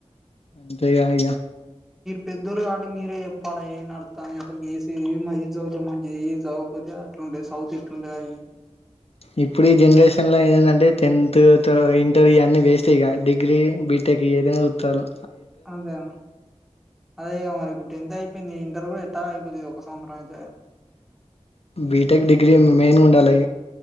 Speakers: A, on the left (about 60°); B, in the centre.
A: అంతేగా ఇగ
B: పెద్దోలు కాబట్టి మీరే చెప్పాలే ఏం నడుతంది అసలుకి ఏస ఏ చదువుతే మంచిది ఏ చదవకపోతే అట్లుండేది చదువుతే ఇట్లుండేదనీ
A: ఇప్పుడు ఈ జనరేషన్ ల ఏందంటే టెన్త్ త ఇంటర్ ఈ ఆన్నీ వేస్ట్ ఇగ డిగ్రీ బీటెక్ ఏదైనా చూత్తలు
B: అంతేనా అదే ఇగ మరి ఇప్పుడు టెన్త్ అయిపోయింది ఇంటర్ కూడా ఎట్లా అయిపోది ఇది ఒక సంవత్సరం అయితే
A: బీటెక్ డిగ్రీ మెయిన్ గ ఉండాలే